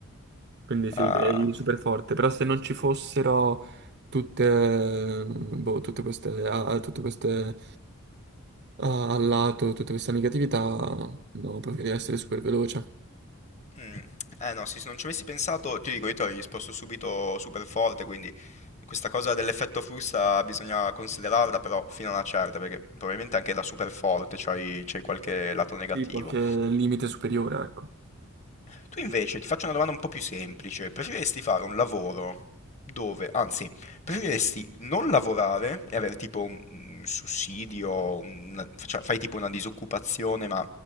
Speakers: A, on the right; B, on the left.
A: Quindi sì,
B: Ah,
A: direi super forte, però se non ci fossero tutte, boh, tutte queste, a- tutte queste a al lato, tutte queste negatività, no, preferirei essere super veloce.
B: mm. Eh no, sì, se non ci avessi pensato, ti dico, io ti avrei risposto subito super forte, quindi questa cosa dell'effetto frusta bisogna considerarla, però fino a una certa, perché probabilmente anche da super forte c'hai c'hai qualche lato negativo.
A: Sì, qualche limite superiore, ecco.
B: Tu invece ti faccio una domanda un po' più semplice. Preferiresti fare un lavoro dove, anzi, preferiresti non lavorare e avere tipo un un sussidio, una- faccia- fai tipo una disoccupazione ma